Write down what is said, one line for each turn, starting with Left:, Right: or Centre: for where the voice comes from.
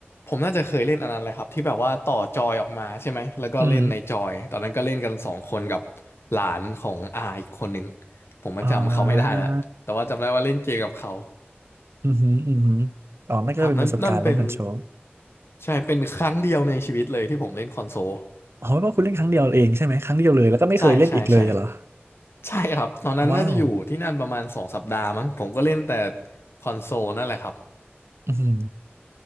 Left: ผมน่าจะเคยเล่นอันนั้นแหละครับที่แบบว่าต่อจอยออกมาใช่ไหมแล้วก็เล่นในจอยตอนนั้นก็เล่นกันสองคนกับหลานของอาอีกคนหนึ่ง
Right: อืม
Left: ผมมันจำเขาไม่ได้แล้ว
Right: อ่า
Left: แต่ว่าจำได้ว่าเล่นเกมกับเขา
Right: อือหืออือหืออ๋อนั่นก็เป็นประสบการณ์เล่นคอนโทรล
Left: ครับนั่นนั่นเป็นใช่เป็นครั้งเดียวในชีวิตเลยที่ผมเล่นคอนโซล
Right: อ๋อไม่ว่าคุณเล่นครั้งเดียวเองใช่ไหมครั้งเดียวเลยแล้วก็ไม่เคยเล่นอีกเลยเหรอ
Left: ใช่ใช่ใช่ ใช่ครับตอนนั้นน่าจะอยู่ที่นั่นประมาณสองสัปดาห์มั้งผมก็เล่นแต่
Right: ว้าว
Left: คอนโซลนั่นแหละครับ
Right: อือหือ